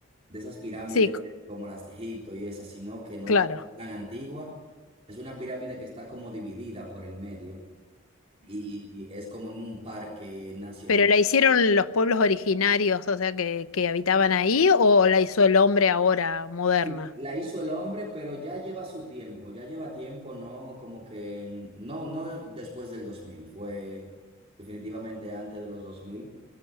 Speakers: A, on the right; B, on the left.
A: de esas pirámides
B: sí, c-
A: como las de Egipto y esas, sino que no
B: claro.
A: es tan antigua. Es una pirámide que está como dividida por el medio y es como en un parque nacional.
B: ¿Pero la hicieron los pueblos originarios, o sea, que, que habitaban ahí, o la hizo el hombre ahora, moderna?
A: Sí, la hizo el hombre, pero ya lleva su tiempo, ya lleva tiempo, no como que, en- no, no después del 2000 fue definitivamente antes de los dos mil